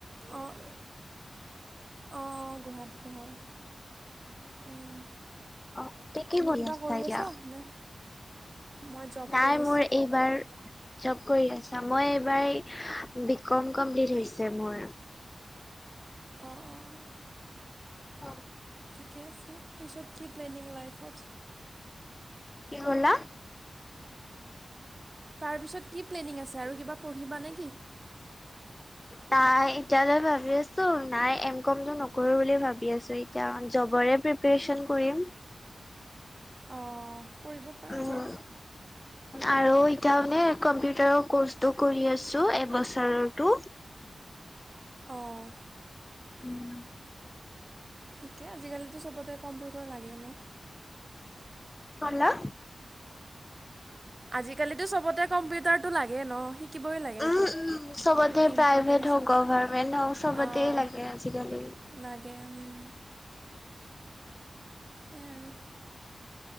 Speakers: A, on the right (about 30°); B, on the left (about 20°).
A: অ', অ, গুৱাহাটীতে হয় উম।
B: অ তে কি
A: তুমি কিবা কৰি
B: এতিয়া
A: আছা নে? মই জব
B: নাই
A: কৰি
B: মোৰ
A: আছোঁ
B: এই বাৰ জব কৰি আছা মই এইবাৰ বি কম কমপ্লিট হৈছে মোৰ।
A: অ' অ',
B: অ
A: ঠিকে আছে পিছত কি প্লেনিং লাইফত।
B: কি ক'লা?
A: তাৰপিছত কি প্লেনিং আছে আৰু কিবা পঢ়িবা নে কি? <inaudible>
B: নাই এতিয়ালৈ ভাবি আছোঁ নাই এম কমটো নকৰো বুলি ভাবি আছোঁ ইতিয়া জবৰে প্ৰিপেৰেচন কৰিম।
A: অ, কৰিব পাৰা
B: উম
A: জব।
B: আৰু এতিয়া মানে কম্পিউটাৰৰ কৰ্চটো কৰি আছোঁ এবছৰৰটো।
A: অ',
B: উম,
A: ঠিকে আজিকালিতো চবতে কম্পিউটাৰ লাগে ন'।
B: ক'লা?
A: আজি কালিতো চবতে কম্পিউটাৰটো লাগে ন'শিকিবই লাগে
B: উম
A: এইটো।
B: উম চবতে
A: বহুত ইম্পৰ্টেঞ্চ
B: প্ৰাইভেট হওঁক
A: হয়
B: গভাৰমেন্ট হওঁক চবতে
A: অঁ
B: লাগে আজিকালি।
A: লাগে উম। তে আৰু